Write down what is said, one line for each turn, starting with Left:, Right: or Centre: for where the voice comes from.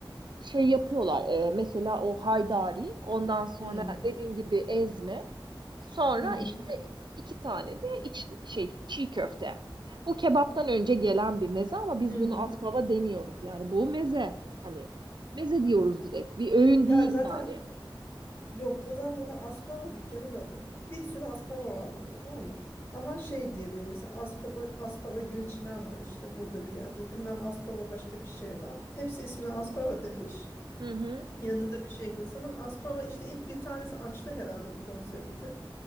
Right: şey yapıyorlar. e, mesela o haydari, ondan sonra
Left: Hmm.
Right: dediğin gibi ezme. Sonra
Left: Hı hı.
Right: işte iki tane de iç, şey çiğ köfte. Bu kebaptan önce gelen bir meze ama biz
Left: Hı
Right: bunu
Left: hı.
Right: aspava demiyoruz. Yani bu meze. Hani meze diyoruz direkt. Bir öğün
Left: Ya
Right: değil
Left: zaten
Right: yani.
Left: yok bu zaten burada Aspava dükkanın adı. Bir sürü Aspava var burada tamam mı? Ama şey
Right: Bir...
Left: diye böyle mesela Aspava, Aspava Gülçimen var işte burada bir yerde. Bilmem Aspava başka bir şey var. Hepsi ismini Aspava demiş.
Right: Hı hı.
Left: Yanına da bir şey ekle. Sanırım Aspava işte ilk bir tanesi açtı herhalde bu konsepti.